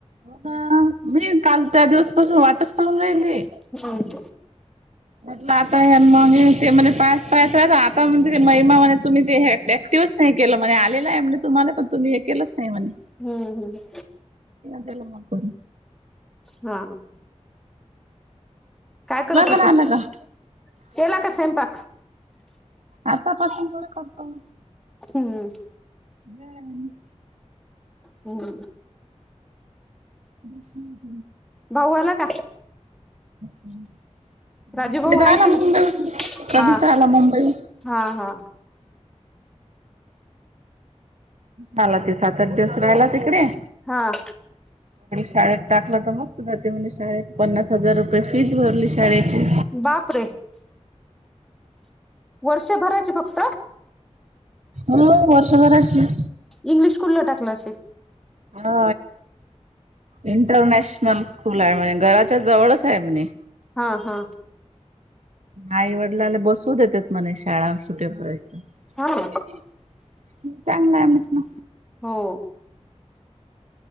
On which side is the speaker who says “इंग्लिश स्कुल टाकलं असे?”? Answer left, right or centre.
Centre